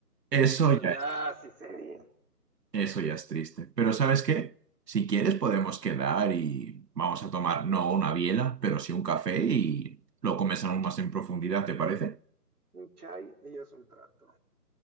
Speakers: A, on the right; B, on the right.
A: Eso
B: Pues eso ya
A: ya
B: sí sería.
A: Eso ya es triste. Pero ¿sabes qué? Si quieres podemos quedar y vamos a tomar no una biela, pero sí un café y lo comes aún más en profundidad, ¿te parece?
B: Un chai y es un trato.